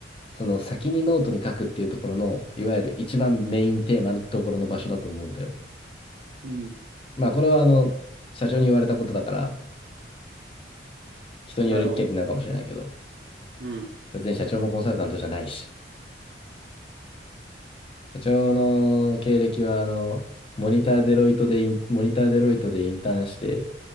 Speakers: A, on the left; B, on the right.
A: その先にノートに書くっていうところの、いわゆる一番メインテーマのところの場所だと思うんだよ。
B: うん。
A: まあ、これはあの、社長に言われたことだから、人による権利なのかもしれないけど、
B: なるほどね。うん。
A: 別に社長もコンサルタントじゃないし、社長の経歴は、あの、モニターデロイトでイン、モニターデロイトでインターンして、